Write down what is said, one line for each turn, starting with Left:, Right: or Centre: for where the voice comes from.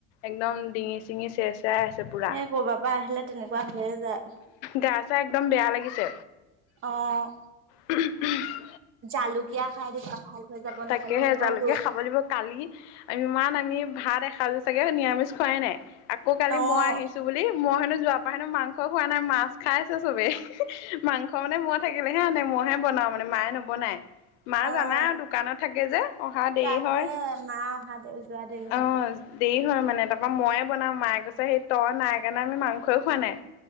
Left: একদম ডিঙি -চিঙি চেৰ -চেৰাই আছে পুৰা।
Right: সেই কৰবাৰ পৰা আহিলে তেনেকুৱা হৈয়ে যায়।
Left: গা চা একদম বেয়া লাগিছে
Right: অ'
Left: <unintelligible>
Right: জালুকীয়া খাই দিবা ভাল হৈ যাব
Left: তাকেহে
Right: নহ'লে এনেকুৱা
Left: জালুকে
Right: ৰ
Left: খাব লাগিব কালি ইমান আমি ভাত এসাজু চাগে নিৰামিষ খোৱাই নাই আকৌ কালি
Right: অ'
Left: মই আহিছ ছো বুলি মই হেনো যোৱা পা হেনো মাংস খোৱা নাই মাছ খাই আছে চবেই মাংস মানে মই থাকিলেহে আনে মইহে বনাও মানে মায়ে নবনাই মাই
Right: অ'
Left: জানাই আৰু দোকানত থাকে যে, অহা দেৰি
Right: তাকে
Left: হয়।
Right: মা অহা দেৰি যোৱা দেৰি হয়।
Left: অ'। দেৰি হয় মানে। তাৰপা মইয়ে বনাওঁ। মাই কৈছে হেৰি তই নাই কাৰণে আমি মাংসই খোৱা নাই।